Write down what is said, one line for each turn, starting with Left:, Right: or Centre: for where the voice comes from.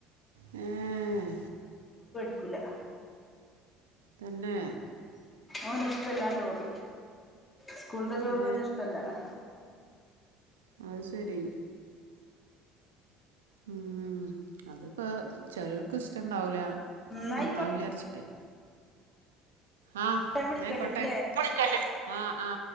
Right: ആാ
Left: ക്കുല്ലാ
Right: തന്നെ
Left: ഓന് ഇഷ്ടല്ലാ ചോറ് സ്കൂള്ത്തേ ചോറ്
Right: ഏ
Left: ഓന് ഇഷ്ടാല്ല ആാ
Right: അത് ശെരി ഉം അതിപ്പോ ചെലർക്ക് ഇഷ്ടോണ്ടാവുല്ലാ
Left: ന്നാ
Right: നന്നാവുല്ലാ
Left: ആയിക്കോട്ടെ
Right: വിരച്ചിട്ടേ ആാ
Left: ഞാൻ വിളിക്കണ്ടിട്ടില്ലേ
Right: ന്നാ കൊട്ടെ <unintelligible> ആാ ആാ